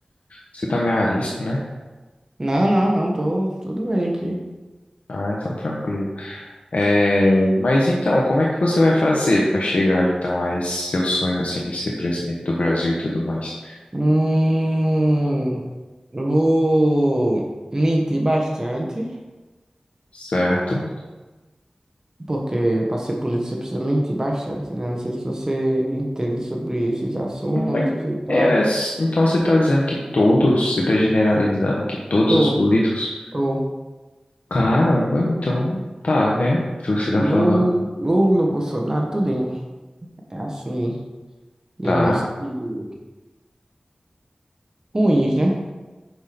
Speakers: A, on the left (about 75°); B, on the right (about 25°).
A: Você também é arisco, né?
B: Não, não, não, tô tudo bem aqui.
A: Ah, então tranquilo. É, mas então, como é que você vai fazer para chegar então a esse seu sonho assim de ser presidente do Brasil e tudo mais?
B: Hum, eu vou mentir bastante,
A: Certo?
B: porque para ser político você precisa mentir bastante, né? Não sei se você entende sobre esses assuntos
A: Bem,
B: e tal.
A: é, então você está dizendo que todos, você está generalizando que todos
B: Tô,
A: os políticos?
B: tô.
A: Caramba, então tá, né? Se você tá
B: Lula,
A: falando,
B: Lula, Bolsonaro, tudinho. É assim, digamos
A: tá,
B: que ruins, né?